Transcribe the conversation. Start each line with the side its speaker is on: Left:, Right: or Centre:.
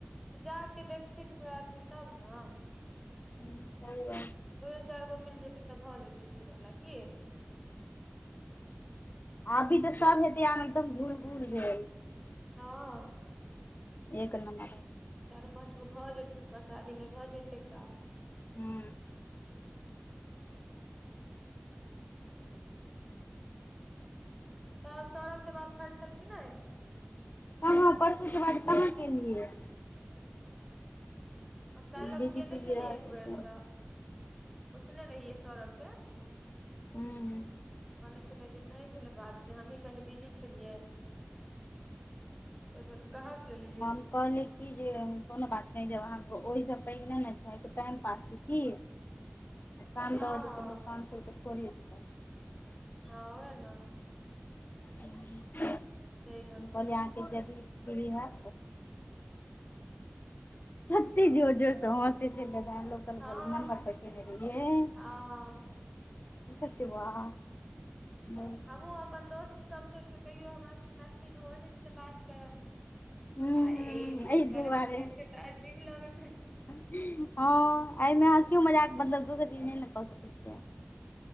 Centre: जाके देखथिन कोइ आदमी तब ने।
Left: <unintelligible>
Centre: दूओ चारि गो मिल जेतै तऽ भऽ जेतै पूजा लए, की यै।
Left: आब भी तऽ साढे एकदम घुर- घुर जाय हे।
Centre: हँ।
Left: एक नम्बर।
Centre: चारो पाँच गो भऽ जेतै, तऽ परसादीमे भऽ जेतै काम।
Left: हूं।
Centre: तब सौरभ से बात भेल छलखि नै?
Left: कहाँ परसू के बाद कहाँ केलियै हे।
Centre: अच्छा, आ काल्हि हम
Left: बिजी
Centre: केने
Left: तिजी
Centre: छलियै
Left: रहै छथिन
Centre: एक बेर
Left: हूँ
Centre: तऽ। पुछने रहियै सौरभ से।
Left: हूं।
Centre: कहने छलै जे नहि भेलै बात, से हमही कनि बिजी छलियै। एहिबेर कहाँ के लिए।
Left: कहलीयै कि जे कोनो बात नै, जब अहाँके ओहिसँ पहिने ने छै, टाइम पास छै की। काम
Centre: हँ
Left: रहत
Centre: हँ
Left: तऽ लोको काम छोरके थोड़ जेतै।
Centre: हँ, वैह न।
Left: कहलिये
Centre: ताहि लऽ के
Left: अहाँके जदि फ्री हैत कति जोर -जोर से हंसै लोकल
Centre: हँ
Left: बोल नम्बर पर केने रहिये,
Centre: हँ
Left: शि वह ब <inaudible>
Centre: हमहूँ अपन दोस्तसभसँ, तऽ कहियो हमरासके मैथिली में, होइ नहि छलै बात करैल।
Left: हूं
Centre: आ अयमें
Left: एहि दुआरे
Centre: करऽ पड़ै छै, तऽ आजीब लगै छै।
Left: हँ एहिमें हँसियो मजाक मलब दोसर चीज नहि ने कऽ सकैत छियै।